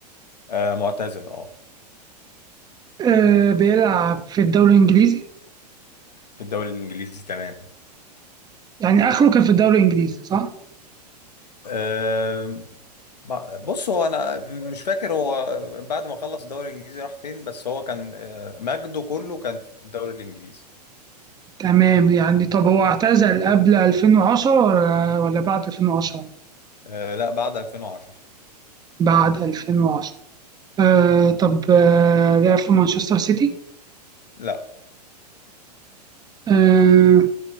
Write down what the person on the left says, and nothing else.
آه معتزل اه
في الدوري الانجليزي تمام
آه بص هو انا مش فاكر هو بعد ما خلص الدوري الانجليزي راح فين بس هو كان آه، مجده كله كان في في الدوري الانجليزي
آه لا بعد 2010
لا